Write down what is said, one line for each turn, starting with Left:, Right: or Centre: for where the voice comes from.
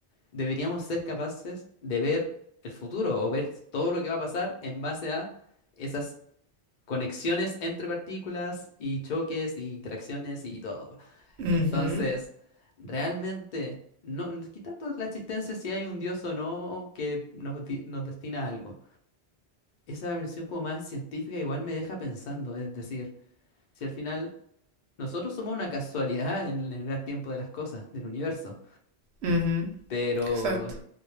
Left: deberíamos ser capaces de ver el futuro o ver todo lo que va a pasar en base a esas conexiones entre partículas y choques y interacciones y todo.
Right: ujú,
Left: Entonces, realmente, no, quitando la existencia si hay un dios o no que nos, di- nos destina a algo. Esa versión como más científica igual me deja pensando, es decir, si al final nosotros somos una casualidad en el gran tiempo de las cosas, del universo.
Right: ujú.
Left: Pero
Right: Exacto.